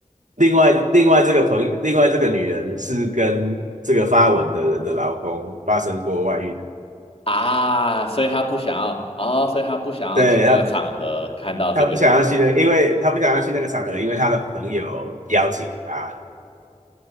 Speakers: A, on the right (about 70°); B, on the left (about 45°).
A: 另外另外这个朋友，另外这个女人是跟这个发文的人的老公发生过外遇的，
B: 啊，所以他不想要，哦，所以他不想要去那个场合看到这个人。
A: 对她她不想要去那个因为她不想要去那个场合，因为她的朋友邀请她，